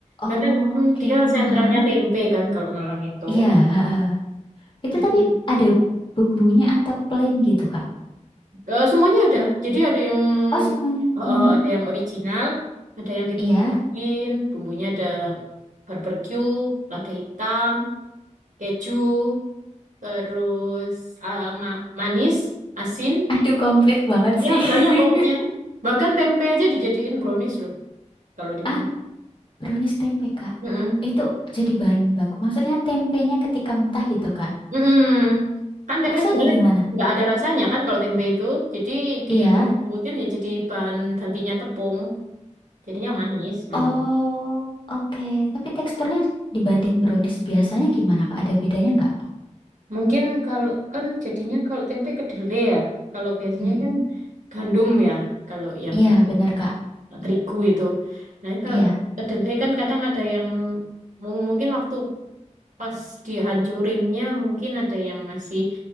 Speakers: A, on the right (about 85°); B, on the left (about 40°).
A: Jadi
B: Oke,
A: memang dia sentranya
B: heeh.
A: tempe kan kalau Malang itu.
B: Iya, heeh. Itu
A: Jadi
B: tapi ada bumbunya atau plain gitu Kak?
A: eh, semuanya ada. Jadi ada yang
B: Oh, semuanya.
A: eh,
B: Mm-mm.
A: eh, ada yang original, ada yang dibumbuin,
B: Iya.
A: bumbunya ada barbeque, lada hitam, keju, terus eh, ma- manis, asin.
B: <laughs> Aduh, komplit banget
A: Ya,
B: sih. <laughs>
A: banyak pokoknya. Bahkan tempe aja dijadiin brownies loh, kalau di Malang.
B: Ah, brownies tempe, Kak.
A: Mm-mm.
B: Itu jadi bahan baku. Maksudnya tempenya ketika mentah gitu, Kak.
A: Mm-mm. Kan tempe
B: Rasanya
A: sebenarnya
B: gimana?
A: nggak ada rasanya kan kalau tempe itu. Jadi dilembutin
B: Iya.
A: ya jadi bahan gantinya tepung. Jadinya manis, manis.
B: Oh, oke. Tapi teksturnya dibanding brownies biasanya gimana, Kak? Ada bedanya nggak?
A: Mungkin kalau kan jadinya kalau tempe kedelai ya. Kalau biasanya
B: Mm-mm.
A: kan gandum ya, kalau yang
B: Iya, benar, Kak.
A: terigu
B: Mm,
A: itu. Nah, kalau
B: Iya.
A: kedelai kan kadang ada yang mung- mungkin waktu pas dihancurinnya mungkin ada yang masih